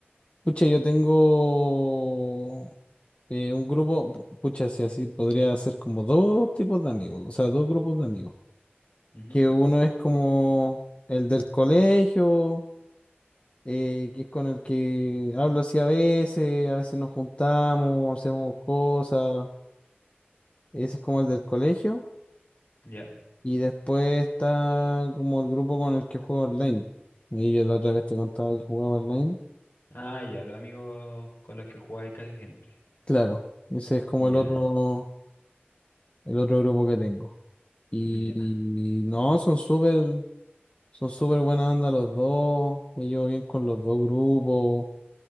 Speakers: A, on the left (about 30°); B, on the left (about 65°).
A: pucha, yo tengo eh, un grupo, pu- pucha, si así podría ser como dos tipos de amigos, o sea, dos grupos de amigos.
B: Ujú.
A: Que uno es como el del colegio, eh, que es con el que hablo así a veces, a veces nos juntamos, hacemos cosas, ese es como el del colegio.
B: Ya.
A: Y después está como el grupo con el que juego online. Y yo la otra vez te contaba que jugaba online.
B: Ah, ya, los amigos con los que jugáis casi siempre.
A: Claro, ese es como
B: Ya,
A: el otro, el otro grupo que tengo. Y,
B: ya.
A: y no, son súper, son súper buena onda los dos. Me llevo bien con los dos grupos.